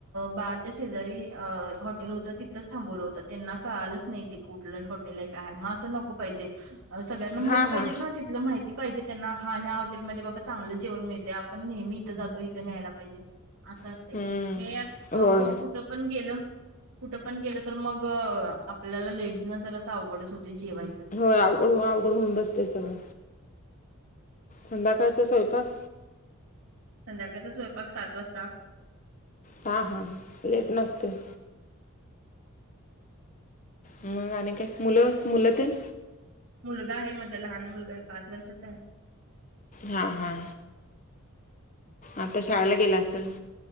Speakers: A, on the right; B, on the left.
A: बारच्या शेजारी अ हॉटेल होत ति तिथंच थांबवलं होत. त्यांना कळालंच नाही. ते कुठलं हॉटेल आहे. काय मग असं नको पाहिजे. सगळ्यांना माहित
B: हा
A: पाहिजेल
B: हा
A: ना. तिथलं माहिती पाहिजे त्यांना हा या होटेलमध्ये बाबा चांगलं जेवण मिळतय. आप पण नेहमी इथं जातो, इथं न्यायला पाहिजे. असं असतय,
B: हम्म
A: हे कुठं
B: होय
A: पण गेलं. कुठं पण गेलं तर मग, आपल्याला लेडीजना जरास अवघडच होतय जेवाय
B: होय, अवघड होऊन अवघड होऊन बसतय सगळं संध्याकाळच स्वयंपाक?
A: संध्याकाळचा स्वयंपाक सात वाजता.
B: हां, हां, लेटन आसतय. मग आणि काय मुलं मुलं तेन?
A: मुलगा आहे. माझा लहान मुलगा आहे. पाच वर्षाचा आहे.
B: हा हा. आता शाळेला गेला असल?